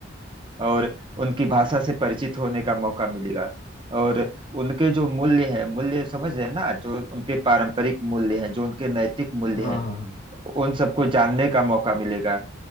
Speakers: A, on the right; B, on the left.
A: और उनकी भाषा से परिचित होने का मौका मिलेगा और उनके जो मूल्य हैं मूल्य समझ रहे हैं ना जो उनके पारंपरिक मूल्य हैं जो उनके नैतिक मूल्य
B: हाँ
A: हैं
B: हाँ हाँ
A: उन सबको जानने का मौका मिलेगा